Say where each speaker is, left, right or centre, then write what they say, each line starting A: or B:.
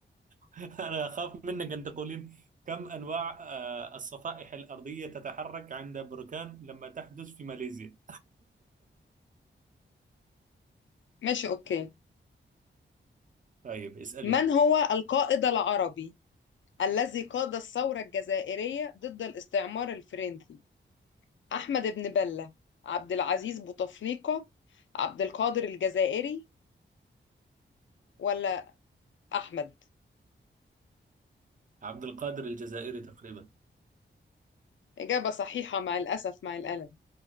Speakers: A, on the right; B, on the left.
A: <laughs> أنا أخاف منك أن تقولين كم أنواع آه الصفائح الأرضية تتحرك عند بركان لما تحدث في ماليزيا
B: ماشي اوكي
A: طيب اسألي
B: من هو القائد العربي الذي قاد الثورة الجزائرية ضد الاستعمار الفرنسي أحمد بن بلة عبد العزيز بوتفليقة عبد القادر الجزائري ولا أحمد
A: عبد القادر الجزائري تقريبا
B: إجابة صحيحة مع الأسف مع الألم